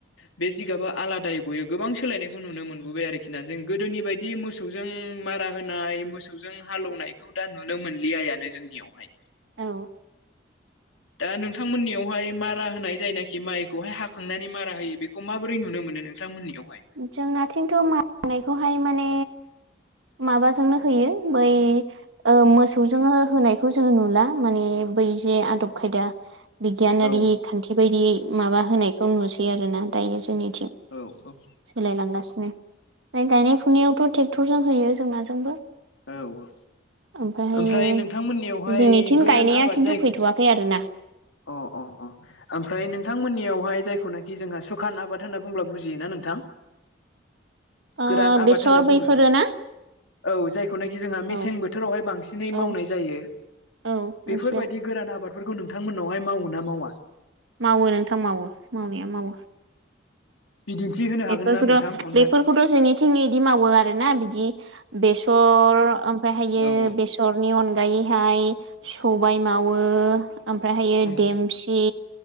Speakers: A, on the left; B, on the right.
A: बे जिगाबा आलादायै गयो, गोबां सोलायनायखौ नुनो मोनबोबाय आरो। आरोखिना, जों गोदोनि बायदि मोसौजों मारा होनाय मोसौजों हालौवनायखौ दा नुनो मोनलिया बियानो जोंनियावहाय
B: औ
A: दा नोंथांमोननियावहाय मारा होनाय जायनाखि माइखौहाय हाखांनानै मारा होयो बेखौ माबोरै नुनो मोनो नोंथांमोननियाव?
B: जोंनाथिंथ मारा नानायखौहाय माने माबाजोंनो होयो बै मोसौजोंनो होनायखौ जोङो नुला माने बै जे आदब खायदा बिगियानारि
A: औ
B: खान्थि बायदि माबा होनायखौ नुसै आरोना दायो जोंनिथिं।
A: औ औ
B: सोलायलांगासिनो, ओमफ्राय गायनाय फुनायावथ ट्रेक्टरजों होयो जोंनाजोंबो
A: औ
B: ओमफ्रायहायो
A: ओमफ्राय नोंथांमोननियावहाय
B: जोंनिथिं
A: गोरान
B: गायनाया
A: आबाद
B: खिन्थु
A: जायखौ
B: फैथ'वाखै आरोना
A: अ अ अ ओमफ्राय नोंथांमोननियावहाय जाय बेखौनाखि जोंहा सुखान आबाद होनना बु बुंङोब्ला बुजियोना नोंथां।
B: ओ
A: गोरान आबाद
B: बेसर
A: होनना बुङो
B: बैफोरो ना
A: औ जाय <unintelligible> जोंहा मेसें
B: औ
A: बोथोरावहाय बांसिनै
B: औ
A: मावनाय जायो
B: औ
A: बेफोरबायदि
B: मिथियो
A: गोरान आबाद बेफोरखौ नोंथांमोननावहाय मावङो ना मावा?
B: मावो नोंथां मावो मावनाया मावो
A: बिदिन्थि होनो हागोन
B: बेफोरखौथ'
A: ना नोंथां अननानै?
B: बेफोरखौथ' जोंनिथिंनि इदि मावो आरोना बिदि बेसर ओमफ्रायहायो
A: औ
B: बेसरनि अनगायै हाय सबाय मावो ओमफ्रायहायो
A: औ
B: देमसि